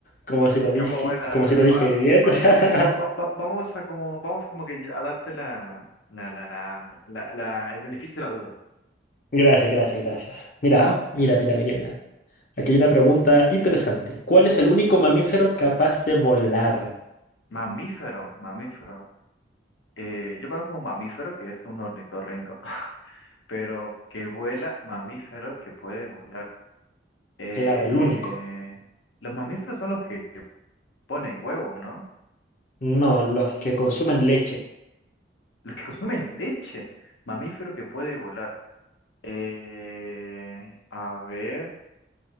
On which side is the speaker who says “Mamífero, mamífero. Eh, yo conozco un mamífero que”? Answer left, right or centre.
Left